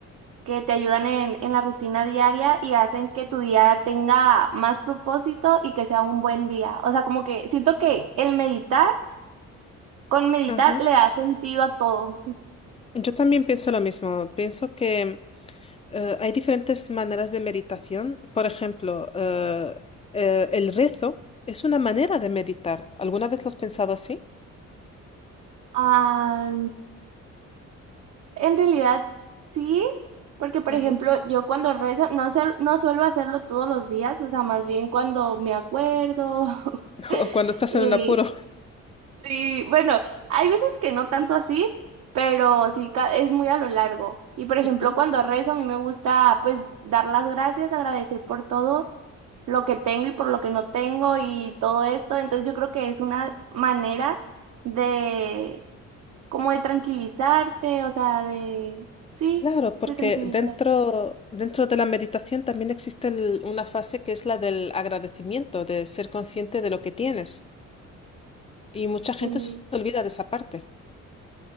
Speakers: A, on the right; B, on the left.
A: que te ayudan en, en la rutina diaria y hacen que tu día tenga más propósito y que sea un buen día. O sea, como que siento que el meditar, con meditar
B: Ajá.
A: le da sentido a todo.
B: Yo también pienso lo mismo. Pienso que... Eh, hay diferentes maneras de meditación. Por ejemplo, eh, eh, el rezo es una manera de meditar. ¿Alguna vez lo has pensado así?
A: Ah, en realidad sí, porque por
B: Ujú.
A: ejemplo,
B: <laughs>
A: yo cuando rezo no, suel- no suelo hacerlo todos los días, o sea, más bien cuando me acuerdo. <laughs>
B: O cuando estás
A: y
B: en un apuro.
A: Sí, bueno, hay veces que no tanto así, pero sí ca- es muy a lo largo. Y por ejemplo,
B: Ujú.
A: cuando rezo, a mí me gusta pues dar las gracias, agradecer por todo lo que tengo y por lo que no tengo y todo esto. Entonces yo creo que es una manera de como de tranquilizarte, o sea, de sí,
B: Claro, porque
A: de tranquilizar.
B: dentro, dentro de la meditación también existe el- una fase que es la del agradecimiento, de ser consciente de lo que tienes. Y mucha gente
A: Sí,
B: se olvida de esa parte.